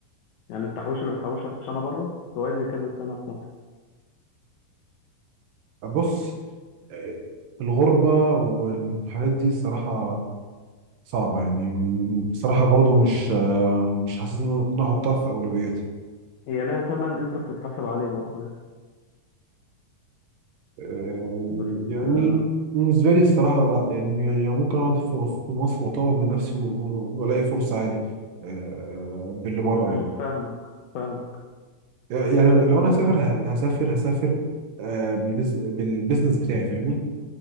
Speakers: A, on the left; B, on the right.
A: يعني التحويشه اللي بتحوشها في السنه بره توازي كذا سنه في مصر
B: بص آه، الغربة والحاجات دي الصراحة صعبة يعني بصراحة برضو مش آه، مش حاسس إن أنا أحطها في أولوياتي
A: هي ليها تمن انت بتتحاسب عليه برضه يعني
B: آه،
A: بس
B: يعني
A: آه،
B: بالنسبة لي الصراحة لا يعني يعني ممكن أقعد في في مصر وأطور من نفسي و- و- وألاقي فرصة عادي آه، باللي بره
A: م-
B: يعني
A: م، فاهمك فاهمك
B: يعني لو أنا هسافر
A: آه،
B: ه- هسافر هسافر آه، بالبز- بالبزنس بتاعي فاهمني